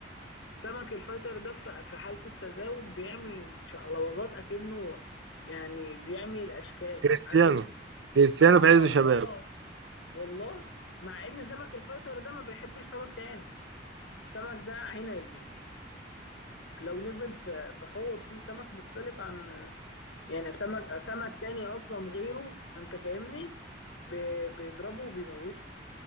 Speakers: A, on the left; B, on the right.
A: سمك الفايتر ده ف- في حالة التزاوج بيعمل شقلباظات أكنه يعني بيعمل أشكال
B: كريستيانو
A: عارف أنت
B: كريستيانو
A: آه
B: في عز شبابه
A: آه والله مع إن سمك الفايتر ده ما بيحبش سمك تاني سمك ده عنزي لو نزل في في حوض فيه سمك مختلف عن يعني سمك سمك تاني أصلا غيره أنت فاهمني بي- بيضربه وبيموته